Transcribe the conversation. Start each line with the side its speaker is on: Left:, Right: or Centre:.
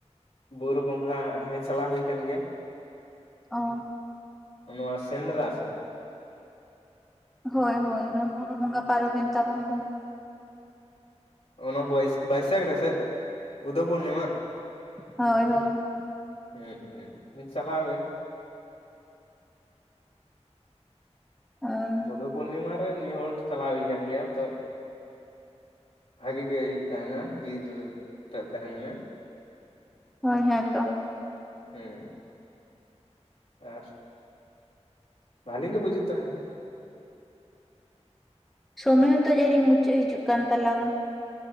Left: ᱵᱩᱨᱩ ᱵᱚᱸᱜᱟ ᱦᱮᱸ ᱪᱟᱞᱟᱣ ᱦᱩᱭ ᱟᱠᱟᱱ ᱜᱮᱭᱟ
Centre: ᱚ
Left: ᱱᱚᱣᱟ ᱥᱮᱸᱫᱽᱨᱟ ᱥᱮᱫ
Centre: ᱦᱳᱭ ᱦᱳᱭ ᱱᱚᱣᱟ ᱵᱩᱨᱩ ᱵᱚᱸᱜᱟ ᱯᱟᱨᱚᱢᱮᱱ ᱛᱟᱵᱚᱱ ᱛᱚ
Left: ᱚᱱᱟ ᱵᱟᱭ ᱵᱟᱭᱥᱟᱹᱠ ᱨᱮᱥᱮ ᱵᱩᱫᱫᱷᱚ ᱯᱩᱨᱱᱤᱢᱟ
Centre: ᱦᱳᱭ ᱦᱳᱭ
Left: ᱦᱮᱸ ᱦᱩᱸ ᱪᱟᱞᱟᱣ ᱜᱮ
Centre: ᱚᱸᱻ
Left: ᱵᱚᱫᱫᱷᱚ ᱯᱩᱨᱱᱤᱢᱟ ᱨᱮ ᱱᱤᱭᱟᱹ ᱦᱚᱲ ᱪᱟᱞᱟᱣ ᱦᱩᱭ ᱟᱠᱟᱱ ᱜᱮᱭᱟ ᱛᱚ ᱵᱷᱟᱜᱮ ᱜᱮ ᱦᱩᱭᱩᱜ ᱛᱟᱦᱮᱱᱟ ᱵᱤᱨ ᱨᱮ ᱛᱟᱦᱮᱱ ᱢᱮ
Centre: ᱦᱳᱭ ᱦᱮᱸ ᱛᱚ
Left: ᱦᱩᱸ ᱟᱨ ᱵᱷᱟᱞᱤ ᱜᱮ ᱵᱩᱡᱷᱟᱹᱜ ᱛᱟᱦᱮᱱᱟ
Centre: ᱥᱚᱢᱚᱭ ᱦᱚᱸᱛᱚ ᱡᱟᱱᱤᱢ ᱢᱩᱪᱟᱹᱫ ᱦᱤᱡᱩᱜ ᱠᱟᱱ ᱛᱟᱞᱟᱝᱟ